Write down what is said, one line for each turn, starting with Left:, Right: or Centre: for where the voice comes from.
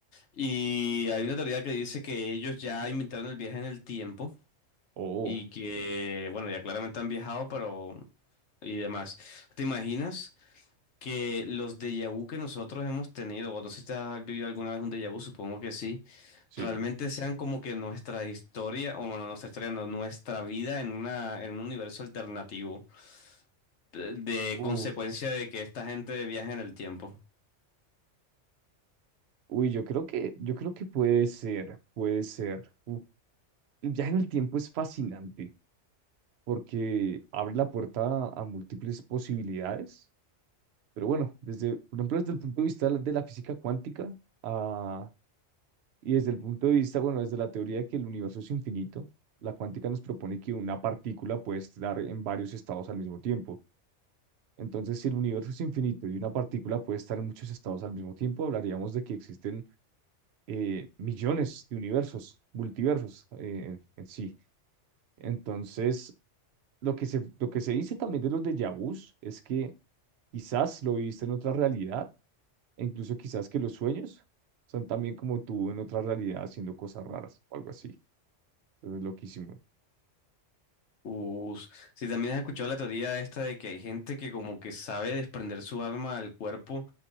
Left: y hay una teoría que dice que ellos ya inventaron el viaje en el tiempo
Right: Oh,
Left: y que, bueno, ya claramente han viajado, pero y demás. ¿Te imaginas? que los déjà vu que nosotros hemos tenido, o no sé si te has vivido alguna vez un déjà vu, supongo que sí,
Right: sí.
Left: realmente sean como que nuestra historia, o bueno, nuestra historia, no, nuestra vida en una, en un universo alternativo, de, de
Right: Uf.
Left: consecuencia de que esta gente viaja en el tiempo.
Right: Uy, yo creo que, yo creo que puede ser, puede ser. Uf, Ya en el tiempo es fascinante. porque abre la puerta a múltiples posibilidades. Pero bueno, desde, por ejemplo, desde el punto de vista de la de la física cuántica, ah, y desde el punto de vista, bueno, desde la teoría de que el universo es infinito, la cuántica nos propone que una partícula puede estar en varios estados al mismo tiempo. Entonces, si el universo es infinito y una partícula puede estar en muchos estados al mismo tiempo, hablaríamos de que existen eh, millones de universos, multiversos eh, en en sí. Entonces, lo que se, lo que se dice también de los déjà vus es que Quizás lo viviste en otra realidad, e incluso quizás que los sueños son también como tú en otra realidad haciendo cosas raras o algo así. Entonces, loquísimo.
Left: Us- si también has escuchado la teoría esta de que hay gente que como que sabe desprender su alma del cuerpo